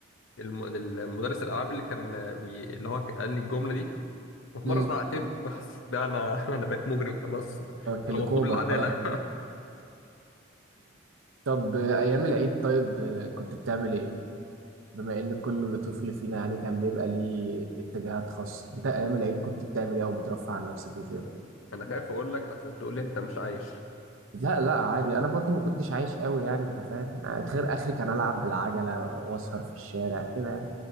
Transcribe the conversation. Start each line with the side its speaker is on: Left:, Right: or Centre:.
Left: الم- المدرس الألعاب اللي كان آه، بي... اللي هو قال لي الجملة دي وفي
Right: امم
Left: مرة زعقت له بس ده أنا <laughs> أنا بقيت مجرم خلاص
Right: كليكوبر
Left: أنا مطلوب العدالة
Right: خلاص طب آه، أيام العيد طيب آه، كنت بتعمل إيه؟ بما إن كل طفل فينا يعني كان بيبقى ليه اتجاهات خاصة، أنت أيام العيد كنت بتعمل إيه أو بترفع عن نفسك إزاي؟
Left: <laughs> أنا خايف أقول لك لحسن تقول لي أنت مش عايش
Right: لا لا عادي أنا برضو ما كنتش عايش قوي يعني أنت فاهم؟ يعني خير آخري كان ألعب بالعجلة وأسهر في الشارع كده يعني،